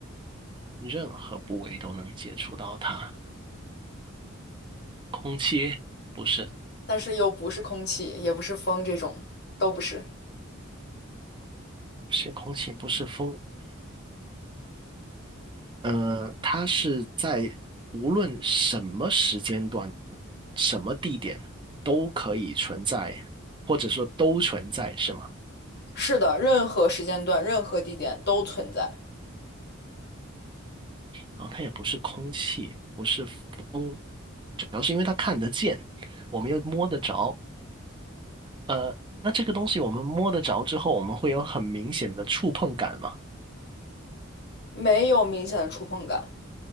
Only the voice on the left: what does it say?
但是又不是空气，也不是风，这种都不是。
是的，任何时间段、任何地点都存在，
没有明显的触碰感。